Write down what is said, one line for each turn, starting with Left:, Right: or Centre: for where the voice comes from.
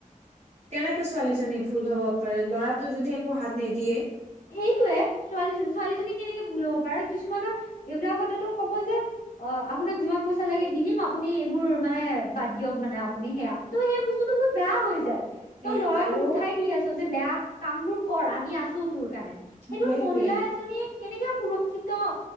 Right: কেনেকে ছোৱালীজনী ভুল হ'ব পাৰে ল'ৰাটো যদি একো হাত নিদিয়ে।
Left: সেইটোৱে, ছোৱালী-ছোৱালীজনী কেনেকে ভুল হ'ব পাৰে আৰু কিছুমানৰ- দেউতাক সঁতেতো ক'ব যে- অহ, আপোনাক যিমান পইচা লাগে দি দিম আপুনি এইবোৰ মানে বাদ দিয়ক মানে আপুনি সেয়া। ত'সেই বস্তুতো বহুত বেয়া হৈ যায়, তই
Right: এ
Left: ল'ৰাটোক
Right: আৰু
Left: উঠাই দি আছ যে বেয়া কাম বোৰ- কৰ আমি আছো তোৰ কাৰণে, সেইটোত
Right: সেইটোৱে
Left: মহিলা এজনীয়ে- কেনেকে সুৰক্ষিত